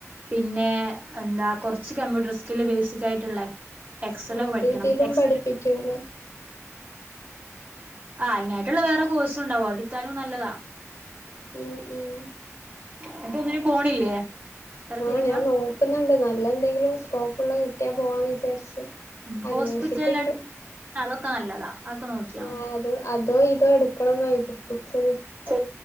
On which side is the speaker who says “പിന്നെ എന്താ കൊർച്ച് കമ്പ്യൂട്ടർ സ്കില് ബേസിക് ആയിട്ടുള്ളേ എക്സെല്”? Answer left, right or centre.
Right